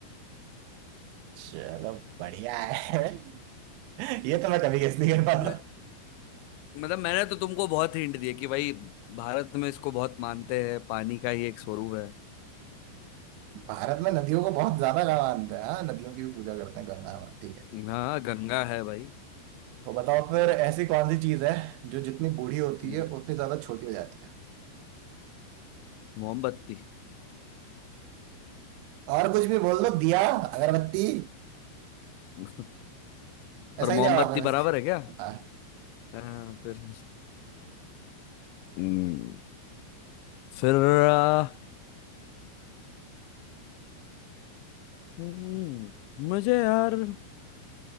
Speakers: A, on the right; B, on the left.
A: चलो बढ़िया है <laughs> ये तो मैं कभी गेस नहीं कर पाता
B: मैं मतलब मैंने तो तुमको बहुत हिंट दिए कि भाई भारत में इसको बहुत मानते हैं पानी का ही एक स्वरूप है
A: भारत में नदियों को बहुत ज्यादा का मानते हैं हाँ नदियों की भी पूजा करते हैं गंगा माता है
B: हाँ गंगा है भाई
A: तो बताओ फिर ऐसी कौन सी चीज है जो जितनी बूढ़ी होती
B: हम्म,
A: है उतनी ज्यादा छोटी हो जाती है
B: मोमबत्ती
A: और कुछ भी बोल दो दिया अगरबत्ती
B: <laughs>
A: ऐसा
B: पर
A: ही
B: मोमबत्ती
A: जवाब है वैसे
B: बराबर है क्या
A: हाँ
B: हाँ, फिर हम्म, फिर आ, हम्म, मुझे यार